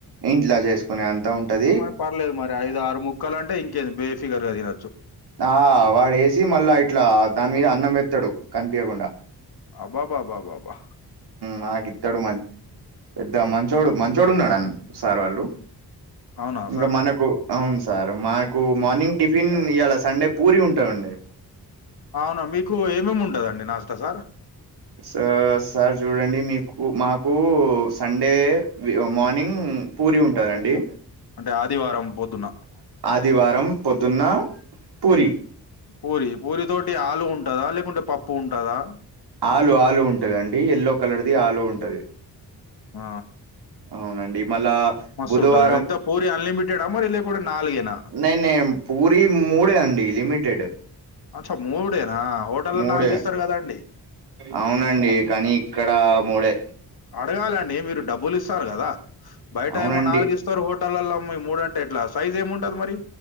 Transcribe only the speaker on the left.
మరి పర్లేదు మరి ఐదు ఆరు ముక్కలు అంటే ఇంకేంది బేఫిగర్ గా తినొచ్చు
అబ్బాబాబాబా
అవునా
సార్
అవును మీకు ఏమేమి ఉంటాదండి నాస్తా సార్
అంటే ఆదివారం పొద్దున్న
పూరి పూరి తోటి ఆలు ఉంటాదా లేకుంటే పప్పు ఉంటాదా
ఆ
మస్తు
ఉంటాది ఎంత పూరి అన్లిమిటెడ్ ఆ మరి లేకుండా నాలుగేనా
అచ్చ మూడేనా హోటల్లో
నాలుగు ఇస్తారు కదండి
అడగాలండి మీరు డబ్బులు ఇస్తారు కదా బయట
ఏమో నాలుగు ఇస్త స్తారు హోటల్ల మూడు అంటే ఎట్లా సైజ్ ఏమిముంటది మరి